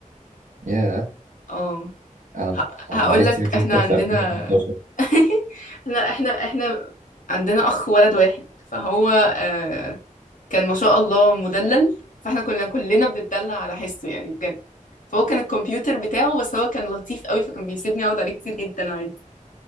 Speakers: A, on the right; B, on the left.
A: يا
B: اه
A: انا معرفتي
B: هقول لك
A: في الفيس
B: احنا
A: كانت
B: عندنا
A: في 2015
B: <laughs> لا احنا احنا عندنا اخ ولد واحد فهو آه كان ما شاء الله مدلل فاحنا كنا كلنا بنتدلع على حسه يعني بجد فهو كان الكمبيوتر بتاعه بس هو كان لطيف قوي فكان بيسيبني اقعد عليه كتير جدا عادي